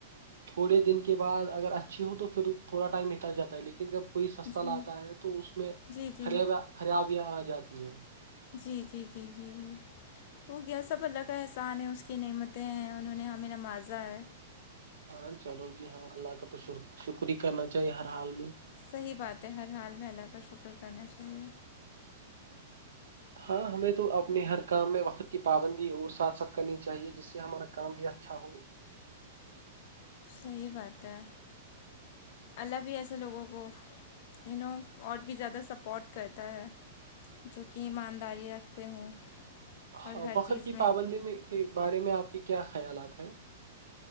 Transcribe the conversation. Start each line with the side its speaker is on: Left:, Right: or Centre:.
Right: تھوڑے دن کے بعد اگر اچھی ہو تو پھر تھوڑا ٹائم نکل جا ہے لیکن جب کوئی سستا
Left: جی
Right: لاتا ہے تو اس میں
Left: جی جی
Right: خر خرابیا آ جاتی ہے
Left: جی جی جی جی جی ہو گیا سب اللہ کا احسان ہیں اس کی نعمتیں ہیں انہوں نے ہمیں نوازا ہے
Right: ہاں چلو جی ہاں اللہ کا تو شکریہ کرنا چاہیے ہر حال میں
Left: صحیح بات ہے ہر حال میں اللہ کا شکر کرنا چاہیے
Right: ہاں ہمیں تو اپنے ہر کام میں وقت کی پابندی اور ساتھ ساتھ کرنی چاہیے سے ہمارا کام بھی اچھا ہو
Left: صحیح بات ہے اللہ بھی ایسے لوگوں کو اینوں اور بھی زیادہ سپورٹ کرتا ہے جو کہ ایمانداری رکھتے ہوں
Right: ہاں
Left: اور ہر
Right: وقت
Left: چیز
Right: کی پابندی میں کے بارے میں آپ کے کیا خیالات ہیں